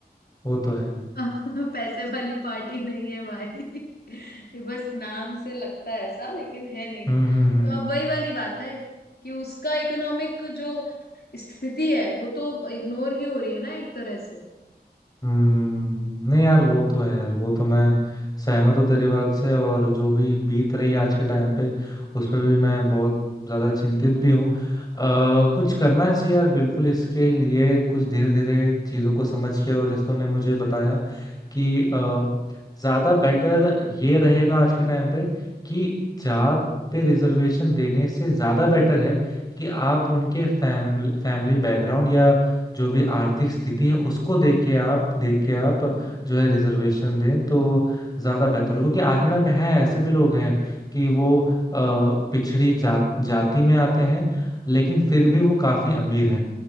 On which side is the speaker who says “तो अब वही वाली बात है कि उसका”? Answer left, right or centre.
Left